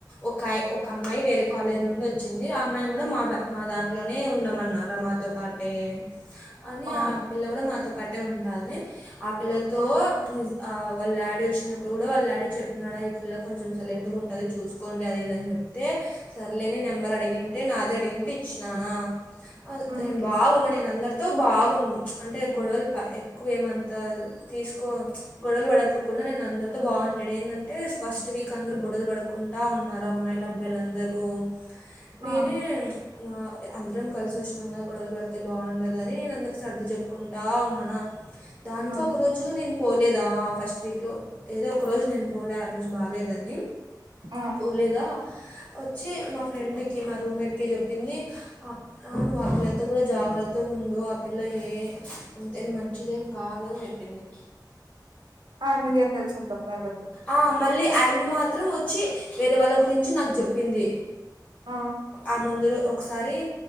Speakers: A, on the left; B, on the right.
A: ఒక ఒక అమ్మాయి వేరే కాలేజ్ నుం వచ్చి వచ్చింది ఆ అమ్మాయిని కూడా మా బ మా దాంట్లోనే ఉండమన్నారా మాతో పాటే అని
B: ఆ
A: పిల్ల కూడా మాతో పట్టే ఉంటాంది ఆ పిల్లతో
B: ఆ
A: ని ఆ వాళ్ళ డాడీ వచ్చినప్పుడు కూడా వాళ్ళ డాడీ చెప్తున్నాడా ఈ పిల్ల కొంచెం సైలెంట్గా ఉంటది చూసుకోండి అది ఇదిని చెప్పి చెప్తే సర్లేని నెంబర్ అడిగింటే నాదే అడిగింటే ఇచ్చినానా అ
B: ఉమ్
A: నేను బావున్నాను నేను అందరితో బావున్నా అంటే గొడవలు ప ఎక్కువేమంతా తీసుకో గొడవలు పడక్కకుండా నేను అందరితో బావుంటు ఇక్కడ ఏందంటే ఫస్ట్ వీక్ అందరు గొడలు పడుకుంట ఉన్నారు అమ్మాయిలు, అబ్బాయిల అందరూ నేనే
B: ఆ
A: నా అందరం కలిసి ఉష్ణంగా గొడవలు పడుతా తే బావుండదని నేను అందరికీ సర్ది చెప్పుకుంటా ఉన్నాన దానికి
B: ఉమ్
A: ఒక రోజు నేను పోలేదా? ఫస్ట్ వీక్లో ఏదో ఒక రోజు నేను పోలే ఆ రోజు బాలేదని
B: ఆ
A: పోలేద వచ్చి మా ఫ్రెండ్ మా రూమ్మేట్కి చెప్పింది నువ్వు ఆ పిల్లలతో కూడా జాగ్రత్తగా ఉండు ఆ పిల్ల ఏ అంతే మంచిదేం కాదు అని చెప్పింది
B: ఆ నీకు ఎం తెలుస్తుంది అతని మీద
A: ఆ మళ్ళీ ఆయమి మాత్రం వచ్చి వేరే వాళ్ళ గురించి నాకు చెప్పింది
B: ఆ
A: ఆ ముందులో ఒ ఒకసారి